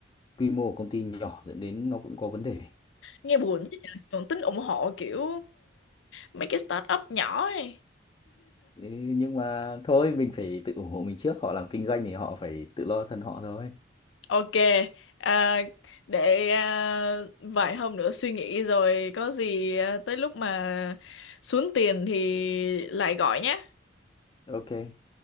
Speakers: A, on the left; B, on the left.
A: quy mô của công ty nhỏ dẫn đến nó cũng có vấn đề
B: Nghe buồn thế nhỉ Còn tính ủng hộ kiểu mấy cái startup nhỏ ấy
A: Thế nhưng mà thôi mình phải tự ủng hộ mình trước họ làm kinh doanh thì họ phải tự lo thân họ thôi
B: Ok, à, để à, vài hôm nữa suy nghĩ rồi có gì à, tới lúc mà xuống tiền thì lại gọi nhé.
A: ok